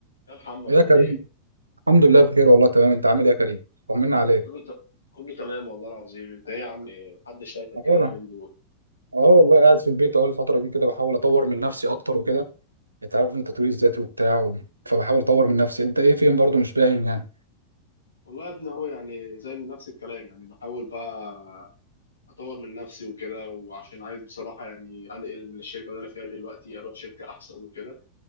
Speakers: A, on the left (about 75°); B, on the right (about 80°).
A: يا محمد
B: يا
A: عامل
B: كريم
A: ايه؟
B: الحمد لله بخير والله تمام انت عامل ايه يا كريم طمنا عليك
A: كله ت... كله تمام والله العظيم انت ايه يا عم محدش شايفك
B: أقول
A: كده اليومين دول
B: اه والله قاعد في البيت اهو الفتره دي كده بحاول اطور من نفسي اكتر وكده انت عارف ان التطوير الذاتي وبتاع و... فبحاول اطور من نفسي انت ايه فين برضو مش باين يعني
A: والله يا ابني هو يعني زي نفس الكلام يعني بحاول بقى اطور من نفسي وكده وعشان عايز بصراحه يعني انقل من الشركه اللي انا فيها دلوقتي اروح شركه احسن وكده